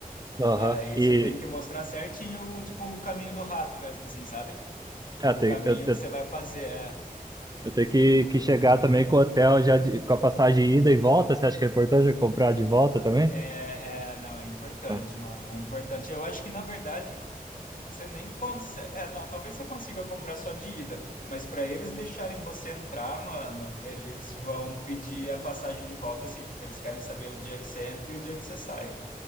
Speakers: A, on the right; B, on the left.
A: Aham,
B: Aí
A: e
B: você tem que mostrar certinho, tipo, o caminho do rato mesmo, assim, sabe? Tipo,
A: é, tem-
B: o caminho
A: eu, eu,
B: que você vai fazer. é,
A: eu tenho que, que chegar também com o hotel já de- com a passagem de ida e volta, você acha que é importante eu comprar de volta também?
B: É, é, não, é importante,
A: Ah,
B: mano. É importante. Eu acho que, na verdade, você nem consegue. É, não, talvez você consiga comprar só de ida, mas para eles deixarem você entrar, mano, eles vão pedir a passagem de volta, assim, porque eles querem saber o dia que você entra e o dia que você sai,